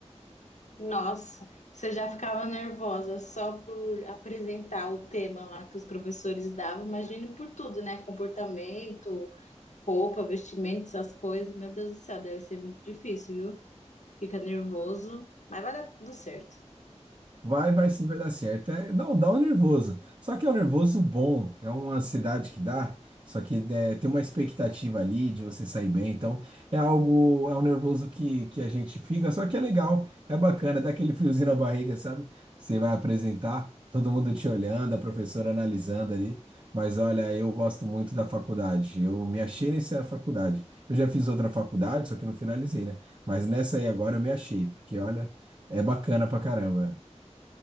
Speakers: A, on the left; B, on the right.
A: Nossa, você já ficava nervosa só por apresentar o tema lá que os professores davam, imagine por tudo, né? Comportamento, roupa, vestimento, essas coisas. Meu Deus do céu, deve ser muito difícil, viu? Fica nervoso, mas vai dar tudo certo.
B: Vai, vai sim, vai dar certo. É, não, dá um nervoso. Só que é um nervoso bom, é uma ansiedade que dá, só que é, tem uma expectativa ali de você sair bem. Então, é algo, é um nervoso que, que a gente fica, só que é legal, é bacana, dá aquele friozinho na barriga, sabe? Você vai apresentar, todo mundo te olhando, a professora analisando ali. Mas olha, eu gosto muito da faculdade, eu me achei nessa faculdade. Eu já fiz outra faculdade, só que não finalizei, né? Mas nessa aí agora eu me achei, porque olha, é bacana pra caramba.